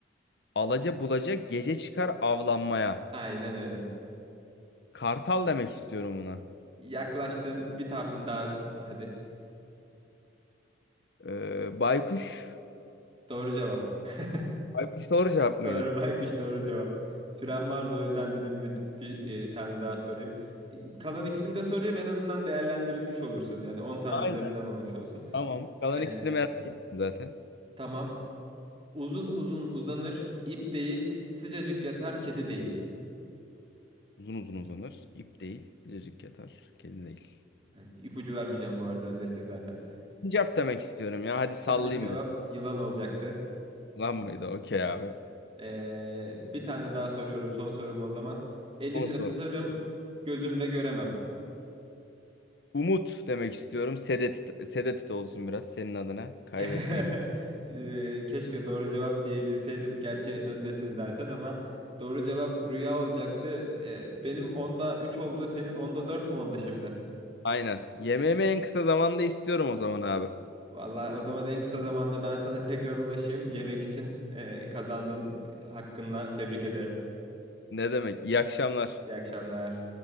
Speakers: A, on the left; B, on the right.
A: Alaca bulacak gece çıkar avlanmaya.
B: Aynen öyle.
A: Kartal demek istiyorum buna.
B: Yaklaştın bir tahmin daha hadi.
A: Ee, baykuş.
B: Doğru cevap. <laughs>
A: Baykuş doğru cevap mıydı?
B: Doğru baykuş doğru cevap. Süren vardı o yüzden dedim bir, bir e, tane daha sorayım. E, Kalan ikisini de sorayım en azından değerlendirilmiş olursun. Yani on tane
A: Aynen.
B: üzerinden olmuş olsun.
A: Tamam. Kalan
B: Ee,
A: ikisini merak ettim zaten.
B: Tamam. Uzun uzun uzanır, ip değil, sıcacık yatar, kedi değil.
A: Uzun uzun uzanır. İp değil. Sıcacık yatar. Kedi değil.
B: Hani ipucu vermeyeceğim bu arada, öndesiniz zaten.
A: Sincap demek istiyorum ya. Hadi
B: <laughs>
A: sallayayım
B: Yanlış cevap
A: biraz.
B: yılan olacaktı.
A: Lan mıydı? Okey abi.
B: Ee, bir tane daha soruyorum, son sorum o zaman. Elimle
A: 10 soru.
B: tutarım, gözümle göremem.
A: Umut demek istiyorum. Sedet, Sedet olsun biraz senin adına. Kaybettiğin.
B: <laughs> Ee, keşke doğru cevap diyebilseydim. Gerçi öndesin zaten ama doğru cevap rüya olacaktı. Ee, benim onda 3 oldu, senin onda 4 mü oldu şimdi?
A: Aynen. Yemeğimi en kısa zamanda istiyorum o zaman abi.
B: Vallahi o zaman en kısa zamanda ben sana <laughs> tekrar ulaşayım yemek için. Ee, kazandın hakkınla tebrik ederim.
A: Ne demek? İyi akşamlar.
B: İyi akşamlar.